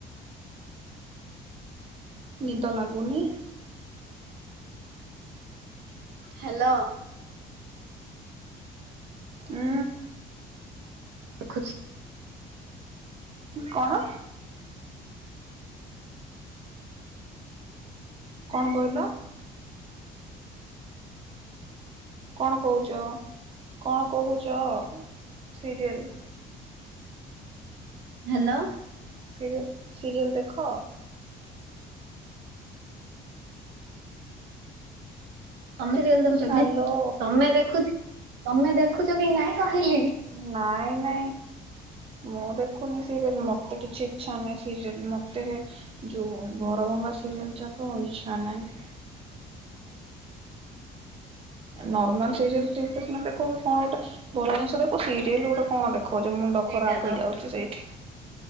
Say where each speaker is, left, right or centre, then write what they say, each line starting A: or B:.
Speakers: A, on the right; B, on the right.
A: ନିଦ ଲାଗୁନି?
B: ହାଲୋ।
A: ଉଁ
B: ଦେଖୁଛି।
A: କଣ? କଣ କହିଲ? କଣ କୋହୁଚ? କଣ କୋହୁଚ? Serial
B: hello.
A: ସିରିଏ ସିରିଏଲ୍ ଦେଖ?
B: ତମେ ରିଅଲ୍ ଦେଖୁଛ
A: ହ୍ୟାଲୋ
B: କି? ତମେ ଦେଖୁଛ? ତମେ ଦେଖୁଛ କି ନାଇଁ? କହିଲି
A: ନାଇଁ। ନାଇଁ ମୁଁ ଦେଖୁନି ସିରିଏଲ ମତେ କିଛି ଇଚ୍ଛା ନାହିଁ। ସିରିଲ ମତେ ଯୋଉ ଘର ଭଙ୍ଗା ସିରିଏଲ ଯାକ ଇଚ୍ଛା ନାହିଁ। ନର୍ମାଲ୍ସିରିଏଲ୍ ରେ କୃଷ୍ଣ ତାକୁ କଣ ଗୋଟେ ଭଲ ଜିନିଷ ଦେଖୁ ସେଇ ଟି ରୁ ଗୋଟେ କଣ ଦେଖଉଛି ମୁଣ୍ଡ
B: ସେଇଟା
A: ଖରାପ
B: ତ
A: ହେଇଯାଉଛି ସେଇଠି